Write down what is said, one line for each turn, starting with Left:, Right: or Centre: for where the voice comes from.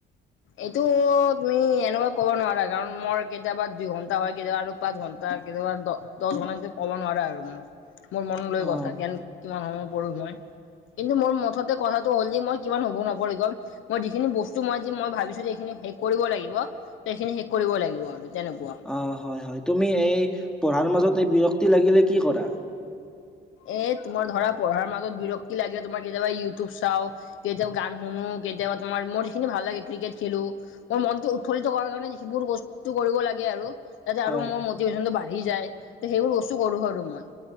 Left: এইটো তুমি এনেকুৱা ক'ব নোৱাৰা, কাৰণ মোৰ কেতিয়াবা দুইঘণ্টা হয়, কেতিয়াবা আৰু পাঁচ ঘণ্টা, কেতিয়াবা দহ ঘণ্টা ক'ব নোৱাৰা আৰু মোৰ মোৰ মন লৈ
Centre: অ
Left: কথা জ্ঞান কিমান সময় পঢ়ো মই। কিন্তু মোৰ মুঠতে কথাটো হ'ল যে, মই কিমান হব নপৰিম মই যিখিনি বস্তু মই মই ভাবিছো যে এইখিনি শেষ কৰিব লাগিব, ত এইখিনি শেষ কৰিব লাগিব আৰু তেনেকুৱা।
Centre: অঁ হয়-হয়। তুমি এই পঢ়াৰ মাজত এই বিৰক্তি লাগিলে কি কৰা?
Left: এ তোমাৰ ধৰা পঢ়াৰ মাজত বিৰক্তি লাগে তোমাৰ কেতিয়াবা ইউটিউব চাও৷ কেতিয়াবা গান শুনো, কেতিয়াবা তোমাৰ মোৰ যিখিনি ভাল লাগে ক্ৰিকেট খেলো৷ মোৰ মনটো উৎফুল্লিত কৰাৰ কাৰণে যিবোৰ বস্তু কৰিব লাগে আৰু তাতে
Centre: হয়
Left: আৰু মোৰ মটিভেশ্যনটো বাঢ়ি যায়। ত সেইবোৰ বস্তু কৰো আৰু মই।